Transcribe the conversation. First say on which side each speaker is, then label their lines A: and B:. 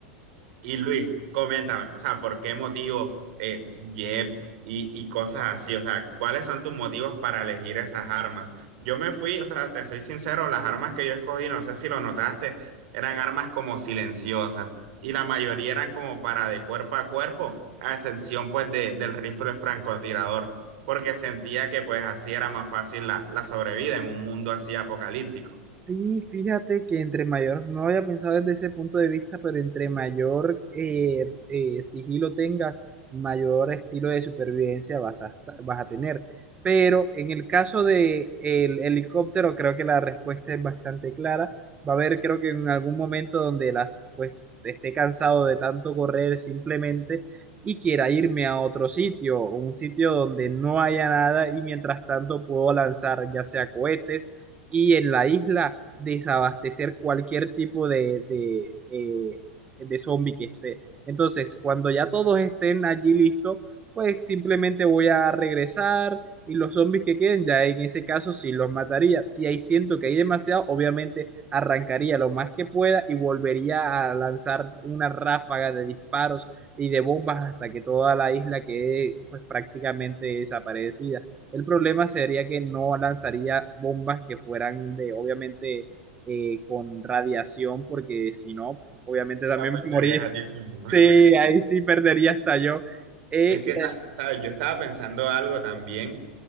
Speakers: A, on the right; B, on the right.
A: y Luis, coméntame, o sea, ¿por qué motivo eh, Jeb y, y cosas así? O sea, ¿cuáles son tus motivos para elegir esas armas? Yo me fui, o sea, te soy sincero, las armas que yo escogí, no sé si lo notaste, eran armas como silenciosas y la mayoría eran como para de cuerpo a cuerpo, a excepción pues de, del rifle francotirador, porque sentía que pues así era más fácil la, la sobrevida en un mundo así apocalíptico.
B: Sí, fíjate que entre mayor, no había pensado desde ese punto de vista, pero entre mayor eh, eh, sigilo tengas, mayor estilo de supervivencia vas a, esta- vas a tener. Pero en el caso de el helicóptero, creo que la respuesta es bastante clara. Va a haber, creo que en algún momento donde las, pues, esté cansado de tanto correr simplemente y quiera irme a otro sitio, un sitio donde no haya nada y mientras tanto puedo lanzar ya sea cohetes y en la isla desabastecer cualquier tipo de, de, eh, de zombie que esté. Entonces, cuando ya todos estén allí listos, pues simplemente voy a regresar y los zombies que queden, ya en ese caso sí los mataría. Si ahí siento que hay demasiado, obviamente arrancaría lo más que pueda y volvería a lanzar una ráfaga de disparos y de bombas hasta que toda la isla quede pues prácticamente desaparecida. El problema sería que no lanzaría bombas que fueran de, obviamente, eh, con radiación, porque si no, obviamente también
A: Te apuntarías
B: me moría.
A: a ti mismo. <laughs>
B: Sí, ahí sí perdería hasta yo. Eh,
A: Es que,
B: y
A: sa- ¿sabes? Yo estaba pensando algo también